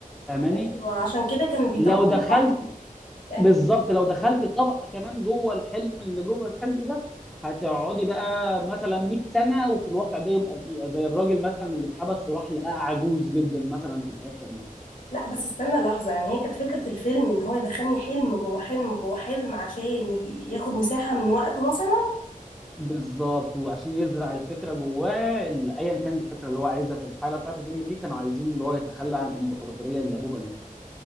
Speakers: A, in the centre; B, on the left.
A: فاهماني
B: ايوه عشان كده كان بيطول
A: لو دخلت
B: الوقت يعني
A: بالظبط لو دخلت طبقه كمان جوه الحلم اللي جوه الحلم ده هتقعدي بقى مثلا 100 سنه وفي الواقع ده يبقى دقيقه زي الراجل مثلا اللي اتحبس وراح لقاه عجوز جدا مثلا في الاخر مثلا
B: لا بس استنى لحظه يعني هي كانت فكره الفيلم ان هو يدخلني حلم جوه حلم جوه حلم عشان ي- ياخد مساحه من وقته مثلا
A: بالظبط وعشان يزرع الفكره جواه ال- ايا كانت الفكره اللي هو عايزها في الحاله بتاعت الفيلم دي كانوا عايزين ان هو يتخلى عن الامبراطوريه اللي ابوه بناها